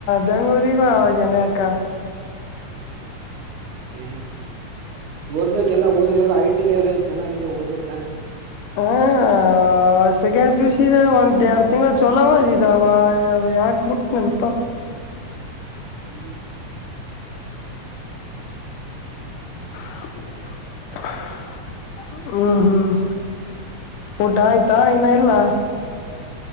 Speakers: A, on the left; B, on the right.
A: ಬೆಂಗ್ಗಳೂರಿಗೂ ಹೋಗನೆ ಅಕ್ಕ.
B: ಏನು ಓದ್ಬೇಕ್ ಎಲ್ಲ ಓದ್ರೆ ಎಲ್ಲ ಐಟ್ ಇದೆ ಎಲ್ಲ ಚೆನ್ನಾಗಿದೆ ಓದ್ಬೇಕ್ ತಾನೆ.
A: ಊಹ ಆ ಸೆಕೆಂಡ್ ಪಿ ಯು ಸಿ ದಾಗ ಒಂದ್ ಎರಡ್ ತಿಂಗ್ಳು ಚೊಲೋ ಓದಿದ ಅವಾ ಯಾಕ್ ಬಿಟ್ನೆನಪಾ.
B: ಹ್ಞೂ
A: <unintelligible> ಹ್ಮ್ ಹ್ಮ್ ಊಟ ಆಯ್ತಾ ಇನ್ನ ಇಲ್ಲಾ.